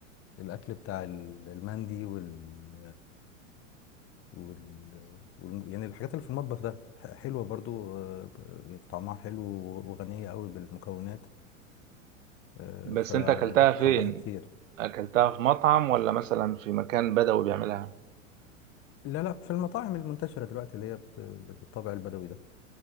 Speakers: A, on the left (about 35°); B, on the right (about 70°).
A: الأكل بتاع ال- المندي وال, وال, وال يعني الحاجات اللي في المطبخ ده ح- حلوة برضو آه، طعمها حلو وغنية قوي بالمكونات آه،
B: بس
A: فالواحد
B: انت اكلتها فين
A: حبها كتير
B: اكلتها في مطعم ولا مثلا في مكان بدوي بيعملها
A: لا لا في المطاعم المنتشرة دلوقتي اللي هي بت- بالطابع البدوي ده